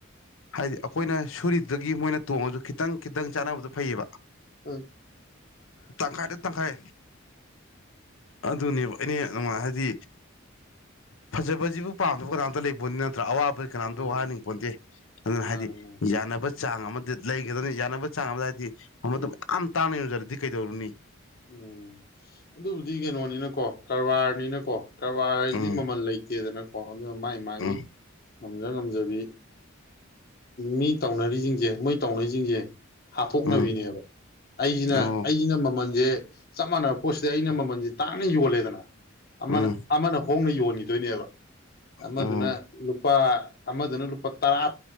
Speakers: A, on the left; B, on the left.
A: ꯍꯥꯏꯗꯤ ꯑꯩꯈꯣꯏꯅ ꯁꯨꯔꯤꯗꯨꯗꯒꯤ ꯃꯣꯏꯅ ꯇꯣꯡꯉꯁꯨ ꯈꯤꯇꯪ ꯈꯤꯇꯪ ꯆꯥꯟꯅꯕꯗꯣ ꯐꯩꯌꯦꯕ
B: ꯎꯝ
A: ꯇꯪꯈꯥꯏꯗ ꯇꯪꯈꯥꯏ ꯑꯗꯨꯅꯦꯕ ꯑꯩꯅ ꯅꯨꯡꯉꯥꯏ ꯍꯥꯏꯗꯤ ꯐꯖꯕꯁꯤꯕꯨ ꯄꯥꯝꯗꯕ ꯀꯅꯥꯝꯇ ꯂꯩꯄꯣꯠ ꯅꯥꯠ ꯅꯠꯇ꯭ꯔ ꯑꯋꯥꯕꯗꯤ ꯀꯅꯥꯝꯇ
B: ꯎꯝ
A: ꯋꯥꯍꯟꯅꯤꯡꯕ ꯄꯣꯟꯇꯦ ꯑꯗꯨꯅ
B: ꯃꯥꯅꯦ
A: ꯍꯥꯏꯗꯤ
B: ꯃꯥꯅꯦ
A: ꯌꯥꯟꯅꯕ ꯆꯥꯡ ꯑꯃꯗꯤ ꯂꯩꯒꯗꯕꯅꯤ ꯌꯥꯟꯅꯕ ꯆꯥꯡ ꯑꯃꯗ ꯍꯥꯏꯗꯤ ꯃꯃꯟꯗꯨ ꯌꯥꯝ ꯇꯥꯡꯅ ꯌꯣꯟꯖꯔꯗꯤ ꯀꯩ ꯗꯧꯔꯨꯅꯤ
B: ꯎꯝ ꯑꯗꯨꯕꯨꯗꯤ ꯀꯩꯅꯣꯅꯤꯅꯀꯣ ꯀꯔꯕꯥꯔꯅꯤꯅꯀꯣ ꯀꯔꯕꯥꯔ ꯍꯥꯏꯁꯤꯗꯤ
A: ꯎꯝ
B: ꯃꯃꯜ ꯂꯩꯇꯦꯗꯅꯀꯣ ꯑꯗꯨꯅ ꯃꯥꯢꯒꯤ ꯃꯥꯢꯒꯤ
A: ꯎꯝ
B: ꯉꯝꯖ ꯉꯝꯖꯕꯤ ꯃꯤ ꯇꯧꯅꯔꯤꯁꯤꯡꯁꯦ ꯃꯣꯏ ꯇꯧꯅꯩꯁꯤꯡꯁꯦ ꯍꯥꯠꯇꯣꯛꯅꯕꯤꯅꯦꯕ
A: ꯎꯝ
B: ꯑꯩꯁꯤꯅ
A: ꯑꯣ
B: ꯑꯩꯁꯤꯅ ꯃꯃꯜ ꯌꯦ ꯆꯞ ꯃꯥꯟꯅꯕ ꯄꯣꯠꯁꯤꯗ ꯑꯩꯅ ꯃꯃꯜꯁꯦ ꯇꯥꯡꯅ ꯌꯣꯜꯂꯦꯗꯅ ꯑꯃꯅ
A: ꯎꯝ
B: ꯑꯃꯅ ꯍꯣꯡꯅ ꯌꯣꯜꯂꯤ ꯄꯤꯗꯣꯏꯅꯦꯕ ꯑꯃꯗꯨꯅ
A: ꯎꯝ
B: ꯂꯨꯄꯥ ꯑꯃꯗꯨꯅ ꯂꯨꯄꯥ ꯇꯔꯥ